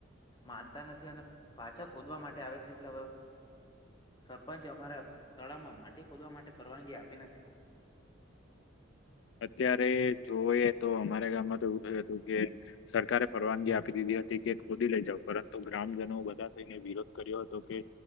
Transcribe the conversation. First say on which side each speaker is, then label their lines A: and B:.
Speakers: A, on the left (about 20°); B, on the left (about 65°).
A: માનતા નથી અને પાછા ખોદવા માટે આવે છે એટલે હવે સરપંચે અમારા તળાવમાં માટી ખોદવા માટે પરવાનગી આપી નથી
B: <inaudible> અત્યારે જોવઈએ તો અમારા ગામમાં તો એવું થયું હતું કે સરકારે પરવાનગી આપી દીધી. હતી કે ખોદી લઈ જાવ પરંતુ ગ્રામજનો બધા થઈને વિરોધ કર્યો હતો કે